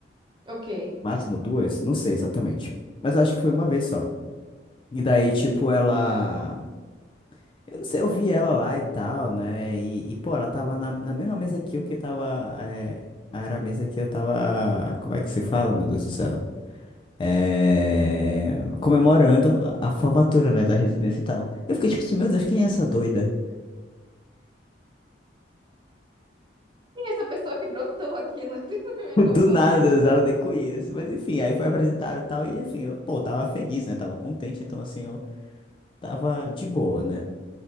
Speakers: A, on the right; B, on the left.
A: Ok.
B: Máximo duas? Não sei exatamente. Mas acho que foi uma vez só. E daí, tipo, ela. Eu não sei, eu vi ela lá e tal, né? E, e, pô, ela tava na, na mesma mesa que eu que tava. é, era a mesa que eu tava. Como é que se fala, meu Deus do céu? É, comemorando a, a formatura, né? Da residência e tal. Eu fiquei tipo assim, meu Deus, quem é essa doida?
A: Quem é essa pessoa que brotou aqui no, <laughs>
B: <laughs>
A: na minha comemoração?
B: Do nada, sabe? Eu nem conheço. Mas enfim, aí foi apresentado e tal. E enfim, eu, pô, tava feliz, né? Tava contente, então assim, eu tava de boa, né?